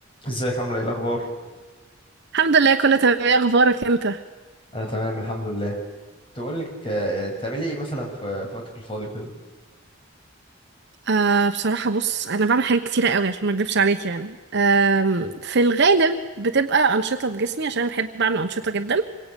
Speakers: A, on the left; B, on the right.
A: ازيك عامله ايه الاخبار
B: الحمد لله كله تمام ايه اخبارك انت
A: انا تمام الحمد لله كنت بقول لك آه، يعني بتعملي ايه مثلا في في وقتك الفاضي وكده
B: آه بصراحة بص انا بعمل حاجات كتيرة قوي عشان ما اكدبش عليك يعني آم، في الغالب بتبقى انشطة بجسمي عشان أنا بحب اعمل انشطة جدا